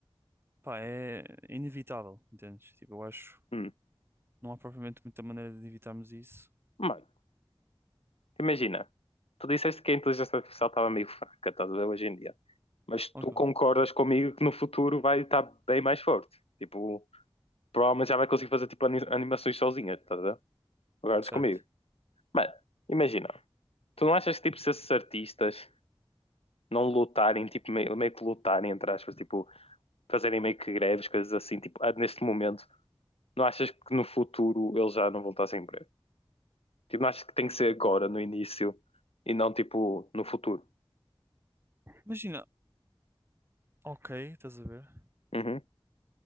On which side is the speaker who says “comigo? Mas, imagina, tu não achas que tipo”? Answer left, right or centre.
Left